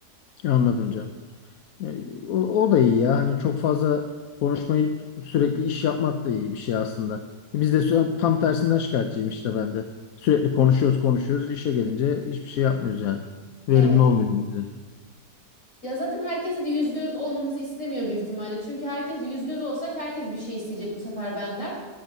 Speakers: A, on the left (about 65°); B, on the left (about 50°).
A: Anladım canım. E, O, o da iyi ya. Hani çok fazla konuşmayıp sürekli iş yapmak da iyi bir şey aslında. Biz de sü- tam tersinden şikayetçiyim işte ben de. Sürekli konuşuyoruz konuşuyoruz. İşe gelince hiçbir şey yapmıyoruz yani. Verimli
B: Evet.
A: olmuyor bize.
B: Ya zaten herkese de yüz göz olmamızı istemiyor büyük ihtimalle. Çünkü herkes yüz göz olsak herkes bir şey isteyecek bu sefer benden.